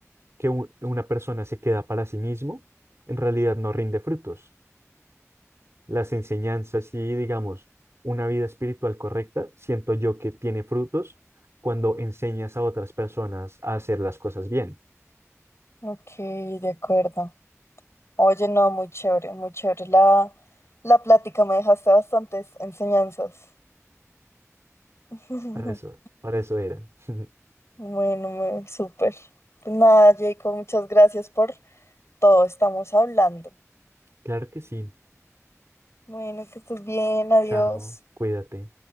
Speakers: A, on the right; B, on the left.
A: que un- una persona se queda para sí mismo, en realidad no rinde frutos. Las enseñanzas y, digamos, una vida espiritual correcta, siento yo que tiene frutos cuando enseñas a otras personas a hacer las cosas bien.
B: Ok, de acuerdo. Oye, no, muy chévere, muy chévere. La, la plática me dejaste bastantes enseñanzas. <laughs>
A: Para eso, para eso era. <laughs>
B: Bueno, me- súper. Pues nada, Jacob, muchas gracias por todo. Estamos hablando.
A: Claro que sí.
B: Bueno, que estés bien, adiós.
A: Chao, cuídate.